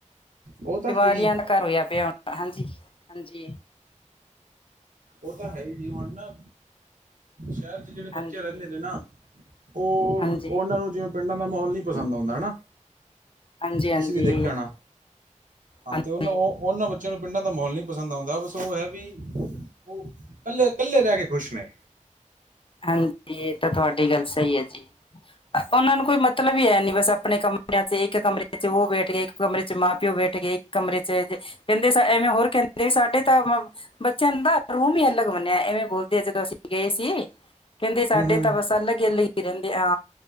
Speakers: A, on the right (about 85°); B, on the left (about 45°).
A: ਉਹ ਤਾਂ
B: ਬਿਮਾਰੀਆਂ
A: ਹੈ ਹੀ
B: ਦਾ ਘਰ ਹੋਇਆ ਪਿਆ ਹੁਣ ਤੇ ਹਾਂਜੀ, ਹਾਂਜੀ।
A: ਉਹ ਤਾਂ ਹੈ ਹੀ ਜੀ ਹੁਣ ਨਾ, ਸੈਰ ਚ' ਜਿਹੜੇ ਬੱਚੇ
B: ਹਾਂਜੀ
A: ਰਹਿੰਦੇ
B: ਹਾਂਜੀ
A: ਨੇ ਨਾ ਉਹ
B: ਹਾਂਜੀ
A: ਉਨਾਂ ਨੂੰ ਜਿਵੇਂ ਪਿੰਡਾਂ ਦਾ ਮਾਹੌਲ ਨੀ ਪਸੰਦ ਆਉਂਦਾ ਨਾ।
B: ਹਾਂਜੀ
A: ਤੁਸੀਂ ਵੀ ਦੇਖਿਆ ਹੋਨਾ, ਹਾਂ
B: ਹਾਂਜੀ
A: ਤੇ ਉਨੂੰ ਉਹ ਉਨਾਂ ਬੱਚਿਆਂ ਨੂੰ ਪਿੰਡਾਂ ਦਾ ਮੌਲ ਨੀ ਪਸੰਦ ਆਉਂਦਾ ਬਸ ਉਹ ਐ ਆ ਵੀ ਉਹ ਕੱਲੇ-ਕੱਲੇ ਰਹਿ ਕੇ ਖੁਸ਼ ਨੇ।
B: ਹਾਂਜੀ, ਇਹ ਤਾਂ ਤੁਹਾਡੀ ਗੱਲ ਸਹੀ ਐ ਜੀ। ਉਨਾਂ ਨੂੰ ਕੋਈ ਮਤਲਬ ਹੀ ਹੈ ਨੀ ਬਸ, ਆਪਣੇ ਕਮਰਿਆਂ ਚ' ਇੱਕ ਕਮਰੇ ਚ' ਉਹ ਬੈਠ ਗਏ, ਇੱਕ ਕਮਰੇ ਚ' ਮਾਂ-ਪਿਓ ਬੈਠ ਗਏ। ਕਮਰੇ ਚ' ਜੇ ਕਹਿੰਦੇ ਐਵੇਂ ਹੋਰ ਕਹਿੰਦੇ ਸਾਡੇ ਤਾਂ ਬੱਚਿਆਂ ਦਾ ਰੂਮ ਹੀ ਅਲੱਗ ਬਨਿਆ ਐਵੇਂ ਬੋਲਦੇ ਆ ਜਦੋਂ ਅਸੀਂ ਗਏ ਸੀ। ਕਹਿੰਦੇ ਸਾਡੇ
A: ਹੂੰ ਹੂੰ
B: ਤਾਂ ਬਸ ਅਲੱਗ ਹੀ ਅਲੱਗ ਰਹਿੰਦੇ ਆ।